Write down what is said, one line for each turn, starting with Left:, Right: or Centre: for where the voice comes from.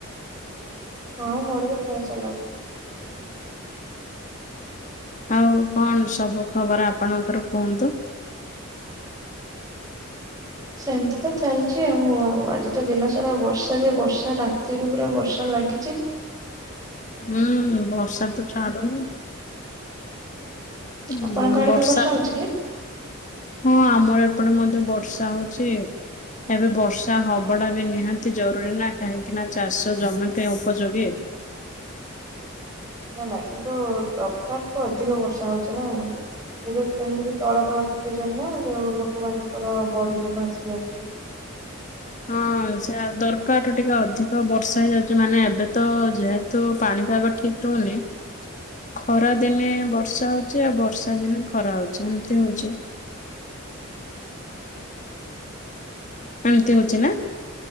Right: ହଁ! ମୋର ବି ଖାଇବା ସଲାଣି।
Left: ଆଉ କ'ଣ ସବୁ ଖବର୍, ଆପଣଙ୍କର କୁହନ୍ତୁ?
Right: ସେମ୍ତିତ ଚାଲ୍ଚି ଆଉ, ଆଜି ତ ଦିନ ସାରା ବର୍ଷା ଯେ ବର୍ଷା। ରାତିରୁ ପୁରା ବର୍ଷା ଲାଗି <inaudible>
Left: ହୁଁ, ବର୍ଷା ତ ଛାଡୁନି। <inaudible>
Right: ଆପଣଙ୍କ ଆଡେ ବି ବର୍ଷା ହଉଛି କି?
Left: ହଁ! ଆମର ଏପଟେ ମଧ୍ୟ ବର୍ଷା ହଉଚି। ଏବେ ବର୍ଷା ହବଡା ବି ନିହାତି ଜରୁରୀ ନା, କାହିଁକି ନା ଚାଷ ଜମି ପାଇଁ ଉପଯୋଗୀ।
Right: ନା ନା, କିନ୍ତୁ ଦରକାର୍ ଠୁ ଅଧିକ ବର୍ଷା ହଉଚି ନା। ଏଯଉ ତଳପଳା ପକେଇଚନ୍ତି ନା, ଯଉ ଲୋକମାନଙ୍କ ର ବଢ଼ି ରେ ଭାସି ଯାଉଚି।
Left: ହଁ! ସେ ଦରକାର୍ ଠୁ ଟିକେ ଅଧିକ ବର୍ଷା ହେଇଯା ମାନେ, ଏବେ ତ ଯେହେତୁ ପାଣିପାଗ ଠିକ୍ ରହୁନି। ଖରା ଦିନେ ବର୍ଷା ହଉଚି, ଆଉ ବର୍ଷା ଦିନେ ଖରା ହଉଚି ଏମ୍ତି ହଉଚି। ଏମ୍‌ତି ହଉଚି ନା।